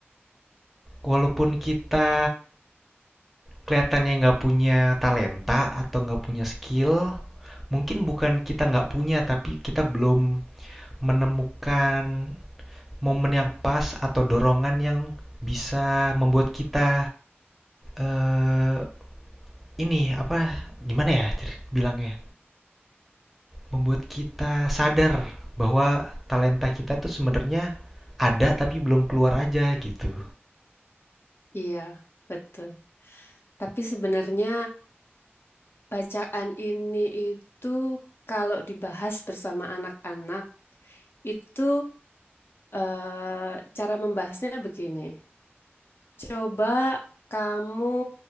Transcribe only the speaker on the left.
Iya, betul. Tapi sebenarnya bacaan ini itu kalau dibahas bersama anak-anak itu eh, cara membahasnya begini. Coba kamu